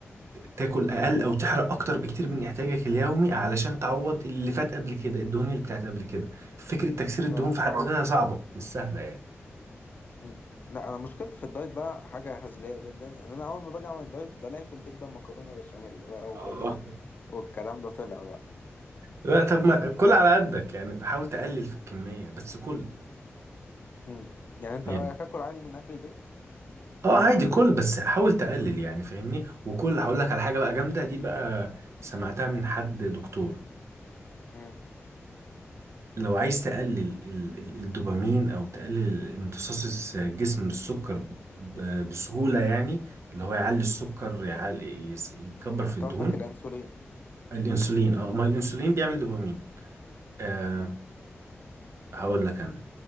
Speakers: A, on the right (about 75°); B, on the left (about 40°).
A: تاكل اقل او تحرق اكتر بكتير من احتياجك اليومي علشان تعوض اللي فات قبل كده الدهون اللي بتاعت قبل كده فكره تكسير الدهون
B: اه
A: في حد ذاتها صعبه مش سهله يعني
B: مم. لا انا مشكلتي في الدايت بقى حاجه هزليه جدا ان انا اول ما باجي اعمل دايت بلاقي في البيت بقى مكرونه بشاميل بقى وبانيه
A: اه
B: والكلام ده طلع بقى
A: لا طب ما كل على قدك يعني حاول تقلل في الكميه بس كل
B: مم. يعني انت
A: يعني
B: رايك اكل عادي من اكل البيت
A: اه عادي كل بس حاول تقلل يعني فاهمني وكل هقول لك على حاجه بقى جامده دي بقى سمعتها من حد دكتور
B: مم.
A: لو عايز تقلل ال- ال- الدوبامين او تقلل امتصاص الس- الجسم من السكر ب- بسهوله يعني اللي هو يعلي السكر
B: مم.
A: يعلي يس- يكبر
B: انت
A: في الدهون
B: قصدك الانسولين
A: الانسولين اه ما الانسولين بيعمل دوبامين آه
B: اه
A: هقول لك انا